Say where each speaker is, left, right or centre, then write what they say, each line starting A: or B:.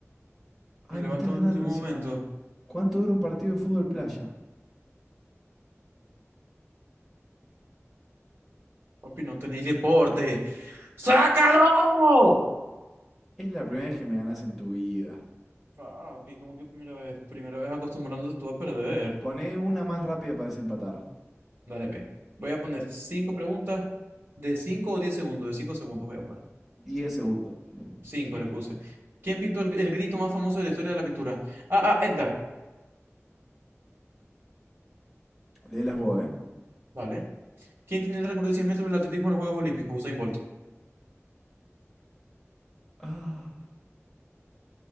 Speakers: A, in the centre; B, on the right.
A: Ay,
B: Me levanto
A: me estás
B: en
A: ganando
B: el último
A: encima.
B: momento.
A: ¿Cuánto dura un partido de fútbol playa?
B: Papi, no tenéis deporte. ¡Sácalo!
A: Es la primera vez que me ganas en tu vida.
B: Papi, ¿cómo que primera vez? Primera vez acostumbrándote tú a perder.
A: Poné una más rápida para desempatar.
B: Dale, pe. Voy a poner cinco preguntas de 5 o 10 segundos. De 5 segundos voy a poner.
A: diez segundos.
B: Cinco
A: ¿Quién-
B: le puse. ¿Quién pintó el, el grito más famoso de la historia de la pintura? Ah, ah, Edgar.
A: Léelas vos, ¿eh?
B: Vale. ¿Quién tiene el récord de 100 metros del atletismo en los Juegos Olímpicos? Usain Bolt.
A: Ah,